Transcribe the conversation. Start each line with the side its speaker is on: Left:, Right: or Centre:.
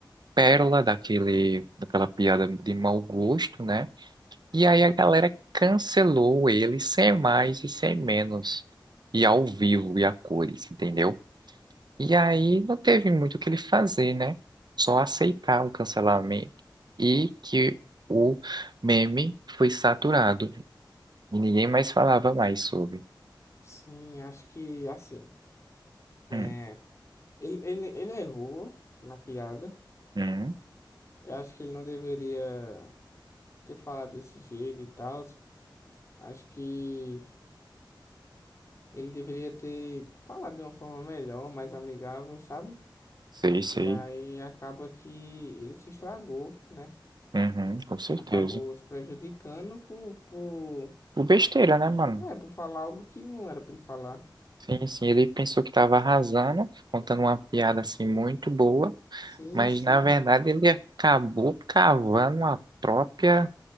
Right: pérola daquele, daquela piada de mau gosto, né? E aí a galera cancelou ele sem mais e sem menos. E ao vivo e a cores, entendeu? E aí não teve muito o que ele fazer, né? Só aceitar o cancelamento e que o meme foi saturado e ninguém mais falava mais sobre.
Left: Sim, acho que, assim, é,
Right: Hum,
Left: ele, ele, ele errou na piada.
Right: hum,
Left: Eu acho que ele não deveria ter falado desse jeito e tal. Acho que ele deveria ter falado de uma forma melhor, mais amigável, sabe?
Right: sei, sei.
Left: E aí acaba que ele se estragou, né?
Right: Uhum, com certeza.
Left: acabou se prejudicando por, por,
Right: Por besteira, né, mano?
Left: é, por falar algo que não era pra ele falar.
Right: Sim, sim, ele pensou que tava arrasando, contando uma piada assim muito boa.
Left: Sim,
Right: Mas
Left: sim.
Right: na verdade ele acabou cavando a própria